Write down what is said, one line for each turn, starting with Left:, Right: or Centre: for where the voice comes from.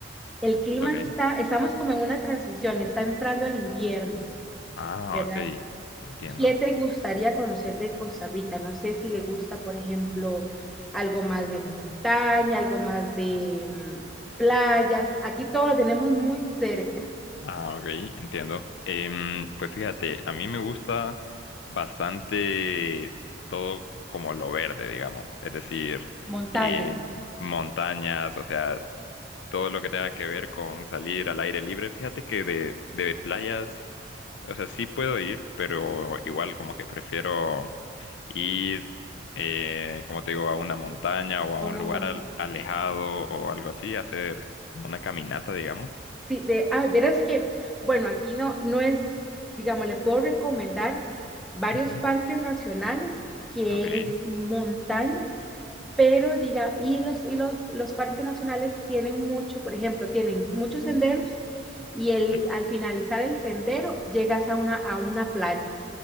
Centre: el clima
Left: Ok.
Centre: está, estamos como en una transición, está entrando el invierno,
Left: Ah,
Centre: ¿verdad?
Left: ok. Entiendo.
Centre: ¿Qué te gustaría conocer de Costa Rica? No sé si le gusta, por ejemplo, algo más de montaña, algo más de mm, playas. Aquí todo lo tenemos muy cerca.
Left: Ah, ok, entiendo. Em, pues fíjate, a mí me gusta bastante todo como lo verde, digamos. Es decir,
Centre: Montaña.
Left: eh, montañas, o sea, todo lo que tenga que ver con salir al aire libre. Fíjate que de, de playas, o sea, sí puedo ir, pero igual como que prefiero ir, eh, como te digo, a una montaña o a
Centre: a
Left: un
Centre: Una
Left: lugar
Centre: mon-
Left: al- alejado o algo así, hacer como una caminata, digamos.
Centre: sí, de, ah, verás que, bueno, aquí no, no es, digamos, le puedo recomendar varios
Left: Ujú,
Centre: parques nacionales que
Left: Ok.
Centre: es montaña pero diga, y los, y los, los parques nacionales tienen mucho, por ejemplo, tienen muchos senderos y el,
Left: Ujú.
Centre: al finalizar el sendero llegas a una, a una playa.